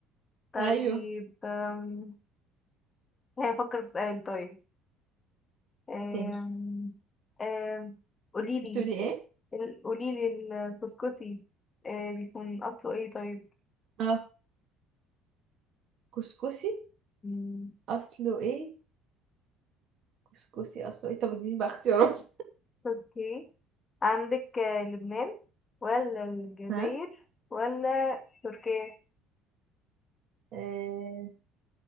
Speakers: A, on the left; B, on the right.
A: طيب
B: <laughs> ايوه
A: أم، هي أفكر في سؤال طيب أم،
B: تاني
A: أم، قوليلي
B: بتقولي ايه
A: ال- قوليلي الكسكسي أه، بيكون أصله ايه طيب؟
B: اه كسكسي
A: مم.
B: اصله ايه كسكسي اصلا طب اديني بقى اختيارات
A: تركي عندك آه، لبنان ولا الجزائر
B: ها
A: ولا تركيا
B: آه...